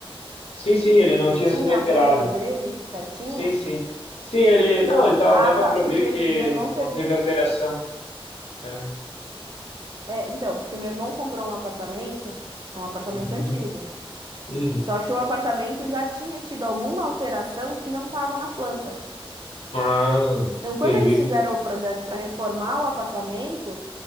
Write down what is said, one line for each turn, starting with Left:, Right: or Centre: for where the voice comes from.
Left: Sim, sim, ele não
Right: Você
Left: tinha
Right: tinha
Left: sido alterado.
Right: a planta dele certinha?
Left: Sim, sim. Sim, ele, não, ele tava,
Right: Ah,
Left: dava
Right: tá.
Left: para
Right: Porque
Left: ver que
Right: meu irmão teve.
Left: não teve alteração. É.
Right: É, então, porque meu irmão comprou um apartamento, é um apartamento
Left: Uhum,
Right: antigo.
Left: uhum.
Right: Só que o apartamento já tinha tido alguma alteração que não estava na planta.
Left: Ah,
Right: Então, quando
Left: entendi.
Right: eles fizeram o projeto para reformar o apartamento,